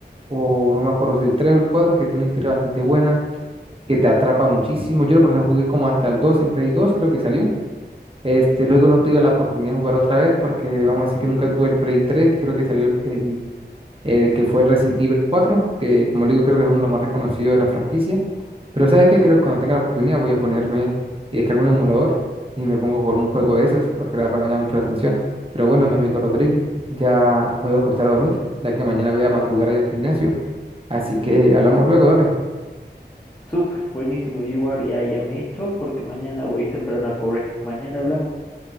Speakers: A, on the right; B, on the left.
A: o no me acuerdo si el 3 o el 4 que tiene una historia bastante buena, que te atrapa muchísimo. Yo, por ejemplo, jugué como hasta el 2 en Play 2 creo que salió. Este, luego no tuve la oportunidad de jugar otra vez, porque vamos a decir que nunca tuve el Play 3 que creo que salió el, eh, que fue Resident Evil 4 que como le digo creo que es uno de los más reconocidos de la franquicia. Pero ¿sabes qué? Creo que cuando tenga la oportunidad voy a ponerme y descargo un emulador y me pongo a un juego de esos porque la verdad me llama mucho la atención. Pero bueno, mi amigo Rodrigo, ya me voy a acostar a dormir, ya que mañana voy a madrugar a ir al gimnasio. Así que hablamos luego, dale.
B: Súper, buenísimo, yo igual ya, ya me echo porque mañana voy temprano a correr. Mañana hablamos.